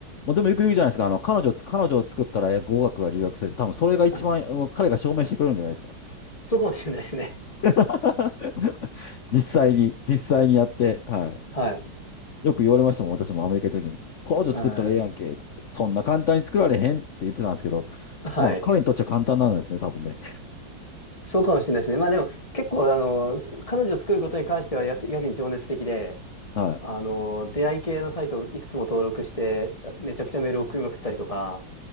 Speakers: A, on the left (about 60°); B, on the left (about 20°).
A: まあ、でもよく言うじゃないですか。あの、彼女つ、彼女を作ったら語学が留学するって、多分それが一番、
B: あ、
A: うん彼が証明してくれるんじゃないですか。
B: そうかもしれないですね。
A: <laughs> 実際に、実際にやって、はい。
B: <laughs> はい。
A: よく言われましたもん、私もアメリカ行った時に。彼女作ったらええやんけ、
B: うん。
A: って言って、そんな簡単に作られへんって言ってたんですけど、
B: はい。
A: まあ、彼にとっちゃ簡単なんですね、多分ね。
B: そうかもしれないですね。まあでも結構あの彼女を作ることに関してはやってやけに情熱的で
A: はい。
B: あの出会い系のサイトをいくつも登録してめちゃくちゃメール送りまくったりとか